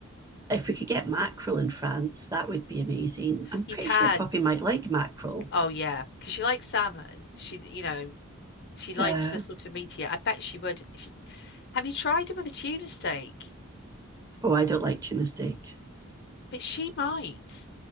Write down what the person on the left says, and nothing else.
You can.
Oh yeah, because she likes salmon. She, you know, she likes
the sort of meatier. I bet she would. She, have you tried it with a tuna steak?
But she might,